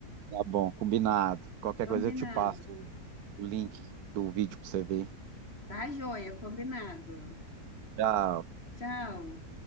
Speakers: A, on the right; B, on the left.
A: Tá bom, combinado. Qualquer
B: Combinado.
A: coisa eu te passo o o link do vídeo pra você ver.
B: Tá, joia, combinado.
A: Tchau.
B: Tchau.